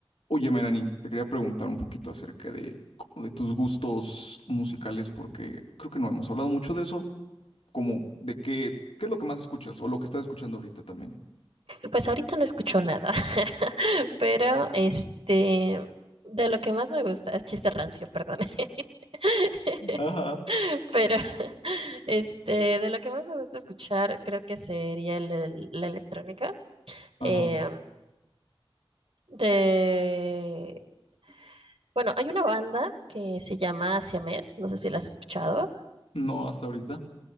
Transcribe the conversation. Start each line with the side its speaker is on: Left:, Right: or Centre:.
Left: Oye, Melanie, te quería preguntar un poquito acerca de, como de tus gustos musicales, porque creo que no hemos hablado mucho de eso, como de qué, qué es lo que más escuchas o lo que estás escuchando ahorita también.
Right: Pues ahorita no escucho nada, <laughs> pero este, de lo que más me gusta, es chiste rancio, perdón. <laughs>
Left: Ah,
Right: Pero <laughs> este, de lo que más me gusta escuchar, creo que sería el- el- la electrónica.
Left: Ajá.
Right: Eh, de, bueno, hay una banda que se llama Siamés, no sé si la has escuchado.
Left: No, hasta ahorita.